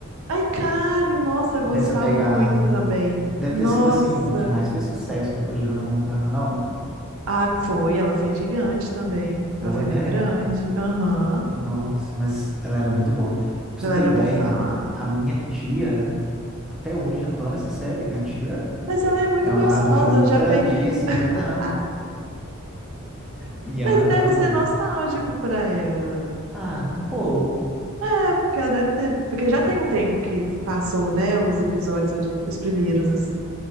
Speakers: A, on the right (about 70°); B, in the centre.
A: Ai, Kali, nossa, gostava
B: Dessa pegada.
A: muito também.
B: Deve
A: Nossa.
B: ter sido, assim, a que mais fez sucesso depois de Hannah Montana, não?
A: Ah, foi, ela foi gigante também.
B: Foi,
A: Ela foi
B: né?
A: bem grande. Aham.
B: Nossa, mas ela era muito boa. Pra
A: Ela
B: você ter
A: era
B: ideia,
A: muito falada.
B: a minha tia, até hoje, adora essa série. Minha tia
A: Mas ela é muito
B: É
A: gostosa,
B: uma adulta
A: eu já peguei.
B: de 50 anos.
A: Ah,
B: E ela
A: mas deve
B: ama.
A: ser nostálgico pra ela.
B: Ah, um pouco.
A: É, porque ela deve ter. Porque já tem um tempo que passou, né? Os episódios, ori- os primeiros, assim.